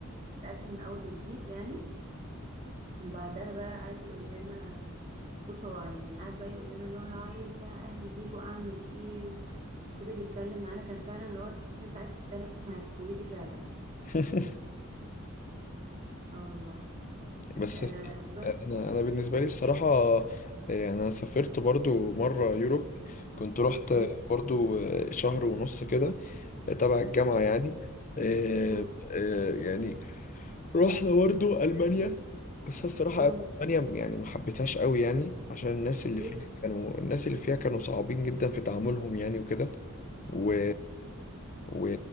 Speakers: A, on the right; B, on the left.
A: الاكل من اول وجديد يعني وبعدها بقى قعد يقول لنا بص هو يعني قعد بقى يقول لنا اللي هو لو عايز بقى اهلي يجوا اعمل ايه فضل يتكلم معانا كان فعلا اللي هو تحس انت قاعد تتكلم مع السويسي فعلا
B: <laughs>
A: اه والله
B: بس
A: آه
B: الص-
A: بس
B: انا انا بالنسبه لي الصراحه إيه، يعني انا سافرت برضو مره يوروب كنت رحت
A: م
B: برضو شهر ونص كده تبع الجامعه يعني آه،
A: -م
B: آه، يعني رحنا برضو ألمانيا بس الصراحة
A: -م.
B: ألمانيا يعني ما حبيتهاش قوي يعني عشان الناس اللي
A: ليه
B: فيها كانوا الناس اللي فيها كانوا صعبين جدا في تعاملهم يعني وكده و... و...